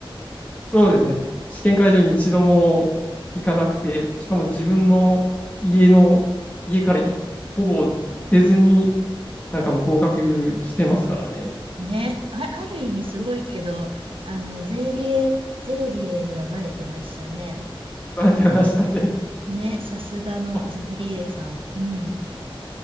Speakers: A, on the left; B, on the right.
A: そうですね。試験会場に一度も行かなくて、しかも自分の家の、家からいほぼ出ずに、なんかもう合格してますからね。
B: ね、あ、ある意味すごいけど、
A: <laughs>
B: あの、ゼーリエ、ゼーリエにはバレてましたね。
A: バレてましたね。
B: ね、さすがのゼーリエさん。
A: <laughs> あ
B: うん。